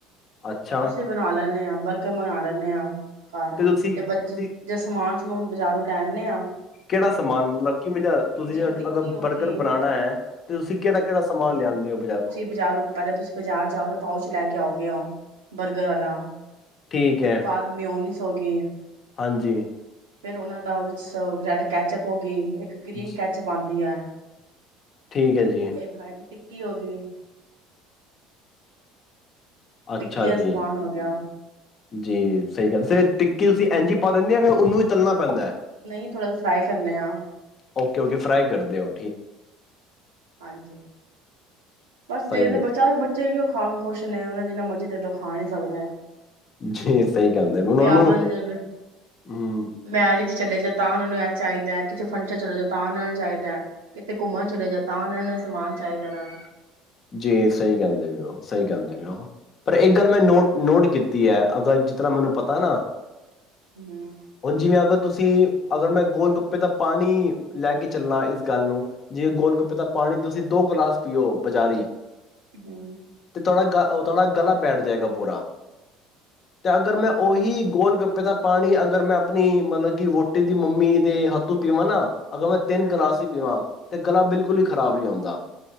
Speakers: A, on the left; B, on the right.
A: ਅੱਛਾ
B: ਅਸੀਂ ਬਣਾ ਲੈਂਦੇ ਹਾਂ ਬਰਗਰ ਮੰਗ ਲੈਂਦੇ ਹਾਂ ਕਾਰ ਆ
A: ਤੁਸੀਂ
B: ਤੇ ਬੱਚੇ
A: ਤੁਸੀਂ
B: ਜੇ ਸਮਾਨ ਹੁਣ ਬਜ਼ਾਰੋਂ ਲੈਨੇ ਹਾਂ
A: ਕਿਹੜਾ ਸਮਾਨ ਮਤਲਬ ਕਿਵੇਂ ਤੁਸੀਂ
B: ਜਿਵੇਂ ਟਿੱਕੀ
A: ਅਗਰ
B: ਹੋ
A: ਬਰਗਰ
B: ਗਈ
A: ਬਣਾਉਣਾ ਹੈ ਤੇ ਤੁਸੀਂ ਕਿਹੜਾ ਕਿਹੜਾ ਸਮਾਨ ਲਿਆਂਦੇ ਹੋ ਬਜ਼ਾਰੋਂ
B: ਬਾਜ਼ਾਰ ਪਹਿਲ ਤੁਸੀਂ ਬਾਜ਼ਾਰ ਜਾਓ ਪਾਓ ਚ ਲੈ ਕੇ ਆਓਗੇ ਹੋ ਬਰਗਰ ਵਾਲਾ
A: ਠੀਕ
B: ਉਸ
A: ਹੈ,
B: ਤੋਂ ਬਾਅਦ ਮੈਂ ਉੱਨੀ ਸੌ ਸਗੇੀ
A: ਹਾਂਜੀ
B: ਫੇਿਰ ਉਹਨਾਂ ਦਾ ਵਿੱਚ ਰ੍ਰੈਡ ਕੈਚਅਪ ਹੋ ਗਈ ਇੱਕ ਗ੍ਰੀਨ
A: ਜ
B: ਕੈਚ ਪਾਉਂਦੀ ਆ
A: ਠੀਕ ਹੈ ਜੀ,
B: ਇਹ ਹਾਂ ਇੱਕ ਟਿੱਕੀ ਹੋ ਗਈ
A: ਅੱਛਾ
B: ਟਿੱਕ
A: ਜੀ,
B: ਸਮਾਨ ਹੋ ਗਿਆ ਵ
A: ਜੀ ਸਹੀ ਕਹਿੰਦੇ ਟਿੱੀ ਤੁਸੀਂ ਇਂਝ ਪਾ ਰਹਿੰਦੀ ਫਿਰ ਉਹਨੂੰ ਹੀ ਚੱਲਣਾ ਪੈਂਦਾ ਹੈ
B: ਨਹੀਂ ਥੋੜ੍ਹਾ ਜਿ ਫਰਾਈ ਕਰਨੇ ਆ
A: ਓਕੇ ਓਕੇ ਫਰਾ ਕਰਦੇ ਓ
B: ਹਾਂਜੀ ਬਸ
A: ਸਹੀ
B: ਦੇਖ ਦੇ
A: ਹੈ,
B: ਬਚਾ ਬੱਚੇ ਵੀ ਖਾ ਕੇ ਖੁਸ਼ ਨੇ ਉਹਨਾ ਜਿੰਨਾ ਮਰਜ਼ੀ ਦੇ ਤ ਖਾ ਨੀ ਸਕਦਾ
A: ਜੀ ਸਹੀ ਕਹਿੰਦੇ ਹੁਣ
B: ਵਿਆਹਾਂ
A: ਉਹਨੂੰ
B: ਚ
A: ਹਮ
B: ਮੈਰਿਜ ਚਲੇ ਜਾ ਤਾਂ ਉਹਨਾਂ ਨੂੰ ਇਹ ਚਾਹੀਦਾ ਕਿਤੇ ਫੰਕਸ਼ਨ ਚਲੇ ਜਾ ਤਾਂ ਉਹਨਾਂ ਨੂੰ ਚਾਹੀਦਾ ਕਿਤੇ ਘੁੰਮਣ ਚਲੇ ਜਾ ਤਾਂ ਉਹਨਾਂ ਨੂੰ ਸਮਾਨ ਚਾਹੀਦਾ ਨਾ
A: ਜੀ ਸਹੀ ਕਹਿੰਦੇ ਵੀ ਉਹ ਸਹੀ ਕਹਿੰਦੇ ਉਹ ਪਰ ਇਹ ਗੱਲ ਮੈਂ ਨੋਟ ਨੋਟ ਕੀਤੀ ਹੈ ਅਗਰ ਜਿਸ ਤਰ੍ਹਾਂ ਮੈਨੂੰ ਪਤਾ ਨਾ
B: ਹੂੰ
A: ਪੰਜੀਮੀ ਅਗਤ ਤੁਸੀਂ ਅਗਰ ਮੈਂ ਗੋਲ ਗੱਪੇ ਦਾ ਪਾਣੀ ਲੈ ਕੇ ਚੱਲਣਾ ਇਸ ਗੱਲ ਨੂੰ ਜਿਵੇਂ ਗੋਲ ਗੱਪੇ ਦਾ ਪਾਣੀ ਤੁਸੀਂ ਦੋ ਗਲਾਸ ਪੀਓ ਬਜ਼ਾਰੀ
B: ਹਮ
A: ਤੇ ਤੁਹਾਡਾ ਗਲਾ ਬੈਠ ਜਾਏਗਾ ਪੂਰਾ, ਤੇ ਅਗਰ ਮੈਂ ਓਹੀ ਗੋਲ ਗੱਪੇ ਦਾ ਪਾਣੀ ਅਗਰ ਮੈਂ ਆਪਣੀ ਮਤਲਬ ਕਿ ਵੋਟੀ ਦੀ ਮੰਮੀ ਦੇ ਹੱਥੋਂ ਪੀਵਾਂ ਨਾ ਅਗਰ ਮੈਂ ਤਿੰਨ
B: ਹਾਂਜੀ।
A: ਗਿਲਾਸ ਇ ਪੀਵਾਂ ਤੇ ਗਲਾ ਬਿਲਕੁਲ ਹੀ ਖਰਾਬ ਨਹੀਂ ਆਉਂਦਾ